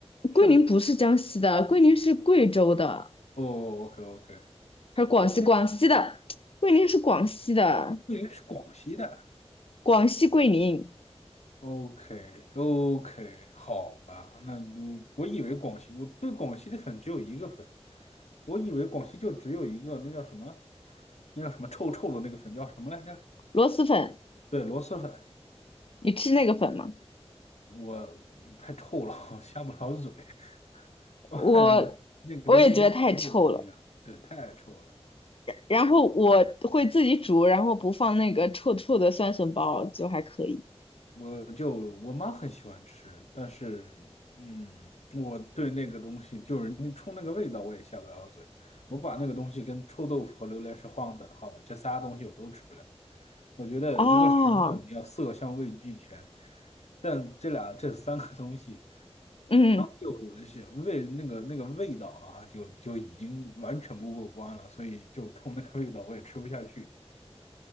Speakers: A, on the left (about 80°); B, on the left (about 55°).
A: 是吗？
B: 桂林不是江西的，桂林是贵州的，
A: 哦，OK OK
B: 还是广西？
A: OK，
B: 广西的，桂林是广西的，
A: 桂林是广西的。
B: 广西桂林
A: OK OK，好吧，那我我以为广西，我对广西的粉只有一个粉，我以为广西就只有一个，那叫什么？那叫什么臭臭的那个粉叫什么来着？
B: 螺蛳粉，
A: 对，螺蛳粉，
B: 你吃那个粉吗？
A: 我嗯太臭了，我 <laughs> 下不了嘴，<laughs> 我感觉那个东西跟臭豆腐一样，
B: 我我也觉得太臭了，
A: 对，太臭了。
B: 然后我会自己煮，然后不放那个臭臭的酸笋包，就还可以。
A: 我就我妈很喜欢吃，但是嗯，我对那个东西就是那冲那个味道我也下不了嘴。我把那个东西跟臭豆腐和榴莲是画上等号的，这仨东西我都吃不了。我觉得一个食物你要色香味俱全，
B: 哦，
A: 但这俩这三个东西
B: 嗯，
A: 就是味那个那个味道啊，就就已经完全不过关了，所以就冲那个味道我也吃不下去。